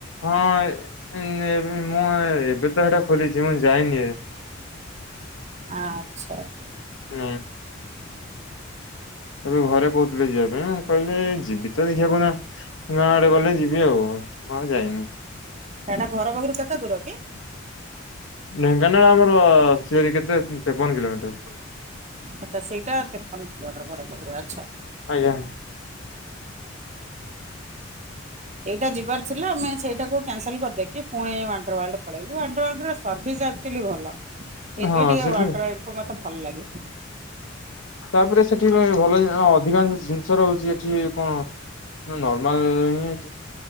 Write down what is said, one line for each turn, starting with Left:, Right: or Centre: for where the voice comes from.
Left: ହଁ ମୁଁ ଏବେ ତ ସେଟା ଖୋଲିଛି ମୁଁ ଯାଇନି।
Right: ଆଚ୍ଛା।
Left: ହୁଁ। ଏବେ ଘରେ କହୁଥିଲେ ଯିବା ପାଇଁ ମୁଁ କହିଲେ ଯିବି ତ ଦେଖିବାକୁ ଗାଁ ଆଡେ ଗଲେ ଯିବି ଆଉ। ମୁଁ ଆଉ ଯାଇନି।
Right: ସେଟା ଘର ପାଖରୁ କେତେ ଦୂର କି?
Left: ଢେଙ୍କାନାଳ ଆମର ସିରି କେତେ ତେପନ କିଲୋମିଟର।
Right: ଆଚଛା ସେଇଟା ତେପନ କିଲୋମିଟର ଘର ପାଖରୁ ଆଛା।
Left: ଆଜ୍ଞା।
Right: ଏଇଟା ଯିବାର ଥିଲା ଆମେ ସେଇଟାକୁ କ୍ୟାନସଲ କରିଦେଇକି ପୁଣି ୱାଣ୍ଡରୱାର୍ଲ୍ଡ ପଳେଇଲୁ ୱାଣ୍ଡରୱାଲ୍ଡର ସର୍ଭିସ୍ ସେଟା ଆକଚୁଆଲି ଭଲ ସେଥିପାଇଁ
Left: ହଁ
Right: ଟିକେ
Left: ସେଠୁ
Right: ୱାଣ୍ଡରୱାର୍ଲ୍ଡ ମତେ ଭଲ ଲାଗେ।
Left: ତାପରେ ସେଠି ଭଲ ଅଧିକାଂଶ ଜିନିଷ ରହୁଛି। ଏଠି କଣ ନର୍ମାଲ ହିଁ।